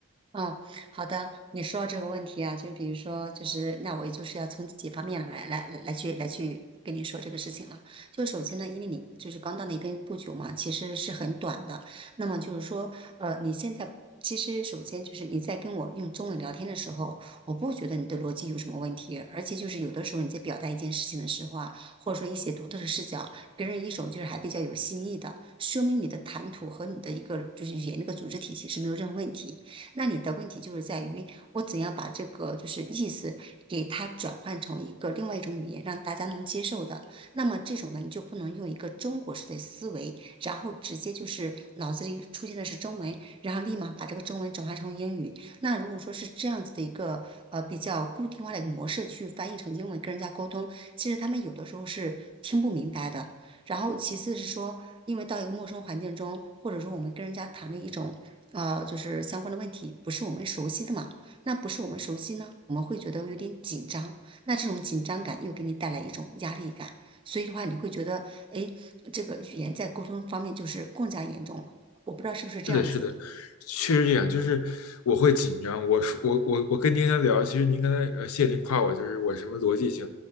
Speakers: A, on the right; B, on the left.
A: 嗯，好的，你说到这个问题啊，就比如说，就是那我也就是要从几方面来来来来去来去跟你说这个事情了。就首先呢，因为你就是刚到那边不久嘛，其实是很短的。那么就是说，呃，你现在其实首先就是你在跟我用中文聊天的时候，我不觉得你的逻辑有什么问题，而且就是有的时候你在表达一件事情的时候啊，或者说一些独特的视角，给人一种就是还比较有新意的，说明你的谈吐和你的一个就是语言那个组织体系是没有任何问题。那你的问题就是在于我怎样把这个就是意思给它转换成一个另外一种语言，让大家能接受的。那么这种呢，你就不能用一个中国式的思维，然后直接就是脑子里出现的是中文，然后立马把这个中文转化成英语。那如果说是这样子的一个呃比较固定化的一个模式去翻译成英文跟人家沟通，其实他们有的时候是听不明白的。然后其次是说，因为到一个陌生环境中，或者说我们跟人家谈论一种呃，就是相关的问题，不是我们熟悉的嘛，那不是我们熟悉呢，我们会觉得有点紧张，那这种紧张感又给你带来一种压力感，所以的话，你会觉得，哎，这个语言在沟通方面就是更加严重了。我不知道是不是这样子。
B: 是的，是的，确实这样。就是我会紧张。我说我我我跟您刚才聊，其实您刚才呃，谢谢您夸我，就是我什么逻辑性，